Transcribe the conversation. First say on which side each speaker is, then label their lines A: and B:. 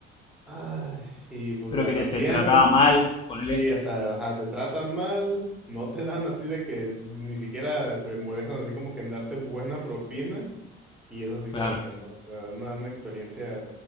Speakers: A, in the centre; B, on the left (about 15°).
A: ay, y pues
B: pero
A: las
B: que te,
A: atiendes.
B: te trataba mal, ponele.
A: Sí, o sea, ajá, te tratan mal, no te dan así de que ni siquiera se molestan así como que en darte buena propina y es así
B: Claro.
A: como de que no, o sea, una, una experiencia